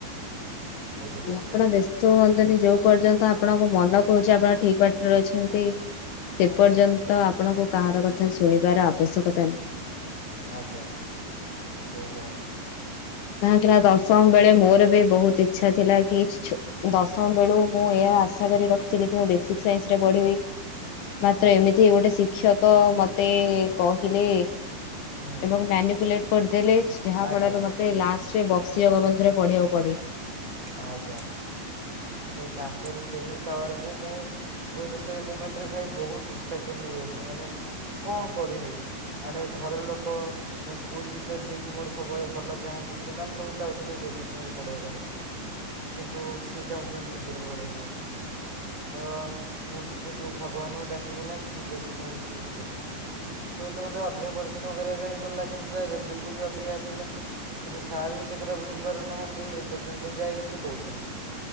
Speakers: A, on the right (about 25°); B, on the left (about 80°).
A: ବୁଝିଲେ।
B: ଆପଣ ବ୍ୟସ୍ତ ହୁଅନ୍ତୁନି। ଯୋଉ ପର୍ଯ୍ୟନ୍ତ ଆପଣଙ୍କ ମନ କହୁଛି ଆପଣ ଠିକ ବାଟରେ ଅଛନ୍ତି। ସେ
A: ହଁ
B: ପର୍ଯ୍ୟନ୍ତ ଆପଣଙ୍କୁ କାହାର କଥା ଶୁଣିବାର ଆବଶ୍ୟକତା ନାହିଁ।
A: ଆଜ୍ଞା ସେଇଥାଇ।
B: କାହିଁକି ନା ଦଶମ ବେଳେ ମୋର ବି ବହୁତ ଇଚ୍ଛା ଥିଲା କି ଛୋ ଦଶମ ବେଳୁ ମୁଁ ଏହା ଆଶା କରି ରଖିଥିଲି କି ମୁଁ ବେସିକ ସାଇନ୍ସ ରେ ପଢିବି। ମାତ୍ର
A: ଆଜ୍ଞା
B: ଏମିତି ଗୋଟେ ଶିକ୍ଷକ ମତେ କହିଲେ
A: ହୁଁ
B: ଏବଂ ମାନପଲେଟ କରିଦେଲେ ଯାହା
A: ଆଜ୍ଞା
B: ଫଳରେ ମତ୍ ଲାଷ୍ଟରେ ବକ୍ସି ଜଗବନ୍ଧୁରେ ପଢିବାକୁ ପଡିଲା।
A: ଆଜ୍ଞା। ସେ ତାଙ୍କରି ସେହି ପାୱାରକୁ ମୁଁ ହୁଏତ ସେ ମୁମେଣ୍ଟରେ ଭାଇ ବହୁତ ଡିଷ୍ଟ୍ରାକ୍ସନ ହେଇଯାଇଥିଲି। ମାନେ କଣ କରିବି? ଆଡେ ଘର ଲୋକ ମୋ ସ୍କୁଲ୍ ଟିଚର୍ ଯିଏକି ମୋର ସବୁବେଳେ ଭଲ ଚାହାନ୍ତି। ସେମାନେ ସବୁ ଚାହୁଁଛନ୍ତିଁ ବେସିକ୍ ସାଇନ୍ସରେ ପଢିବା ପାଇଁ। କିନ୍ତୁ ସେ ଚାହୁଁଛନ୍ତି ଯେ ବିଜେପିରେ ପଢିବା ପାଇଁ। ତ ମୁଁ କିନ୍ତୁ ଭଗବାନଙ୍କୁ ଡାକିକିନା ବେସିକ୍ ସାଇନ୍ସ ଚୁଜ୍ କଲି। ହୁଏତ ମୋତେ ଅଧିକା ପରିଶ୍ରମ କରିବା ପାଇଁ ପଡିଲା। କିନ୍ତୁ ତା ରେଜଲ୍ଟ ବି ଅଧିକା ଆସିଲା। କିନ୍ତୁ ସାର୍ ବି ସେ କଥା ବୁଝିପାରୁନାହାନ୍ତି। ଏପର୍ଯ୍ୟନ୍ତ ଯାଏ ବି ସେ କହୁଛନ୍ତି।